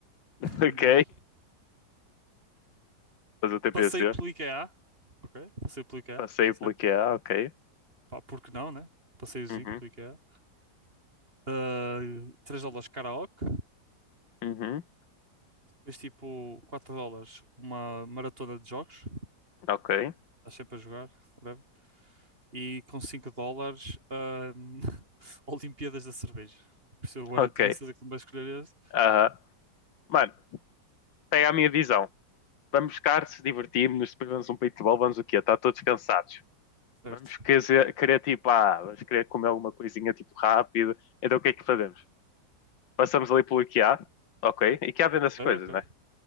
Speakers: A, on the left (about 85°); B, on the right (about 30°).
A: <laughs>
B: um
A: Ok.
B: dólar.
A: Fazer o TPC.
B: Passeio pelo IKEA, ok? Passeio pelo IKEA,
A: Passei
B: certo?
A: pelo que há, ok.
B: Pá, porque não, né? Passeiozinho
A: Uhum.
B: pelo IKEA. Uh, 3 dólares karaoke,
A: Uhum.
B: depois tipo 4 dólares uma maratona de jogos,
A: Ok.
B: estás sempre a jogar, whatever. e com 5 dólares, ahm, <laughs> Olimpíadas da cerveja. Por isso eu
A: Ok.
B: eu tenho a certeza que tu vais escolher esse.
A: Aham. Mano, pega a minha visão. Vamos buscar, se divertimos, depois vamos um paintball, vamos o quê? Está todos cansados.
B: Certo.
A: Vamos querer, querer tipo, ah, vamos querer comer alguma coisinha tipo rápido. Então o que é que fazemos? Passamos ali pelo IKEA, ok? IKEA vende essas
B: Ok,
A: coisas,
B: ok.
A: né?